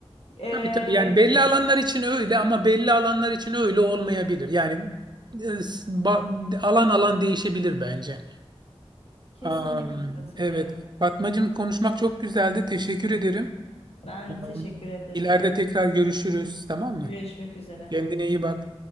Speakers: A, on the left; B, on the right.
A: Ee,
B: Tabii tabii yani belli alanlar için öyle ama belli alanlar için öyle olmayabilir. Yani e, s- ba- alan alan değişebilir bence.
A: kesinlikle
B: Am,
A: katılıyorum.
B: evet Fatmacığım konuşmak çok güzeldi. Teşekkür ederim.
A: Ben
B: Am,
A: de teşekkür ederim.
B: ileride tekrar görüşürüz tamam mı?
A: Görüşmek üzere.
B: Kendine iyi bak.